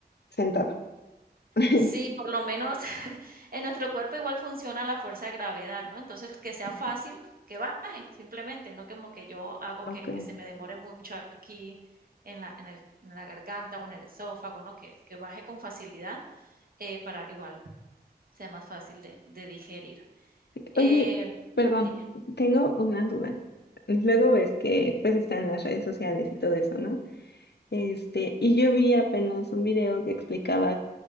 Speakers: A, on the left; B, on the right.
A: sentado. <laughs>
B: Sí, por lo menos <laughs> en nuestro cuerpo igual funciona la fuerza de gravedad, ¿no? Entonces, que sea
A: Ok,
B: fácil, que baje, simplemente, no como que yo hago
A: ok.
B: que, que se me demore mucho aquí en la, en el- en la garganta o en el esófago, ¿no? Que, que baje con facilidad eh, para igual sea más fácil de, de digerir. Eh,
A: Oye, perdón,
B: Dime.
A: tengo una duda. Luego ves que pues están las redes sociales y todo eso, ¿no? Este, y yo vi apenas un video que explicaba